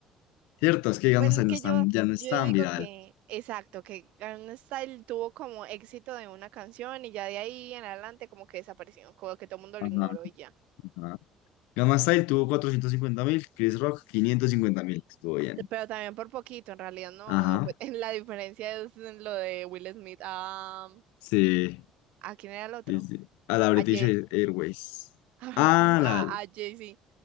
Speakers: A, on the left; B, on the right.
A: Cierto, es que Gangnam
B: Pues es
A: Style
B: que
A: no es
B: yo,
A: tan- ya no es
B: yo
A: tan
B: digo
A: viral.
B: que, exacto, que Gangnam Style tuvo como éxito de una canción y ya de ahí en adelante como que desapareció, como que todo el mundo
A: Ajá,
B: lo ignoró y ya.
A: ajá. Gangnam Style tuvo cuatrocientos cincuenta mil, Chris Rock quinientos cincuenta mil. Estuvo bien.
B: Pero también por poquito, en realidad no,
A: Ajá,
B: no fue. <laughs> La diferencia es en lo de Will Smith a...
A: sí,
B: ¿A quién era el otro?
A: sí, sí. A la British
B: A Jay...
A: Air- Airways.
B: <laughs>
A: Ah,
B: A,
A: la.
B: a Jay-Z.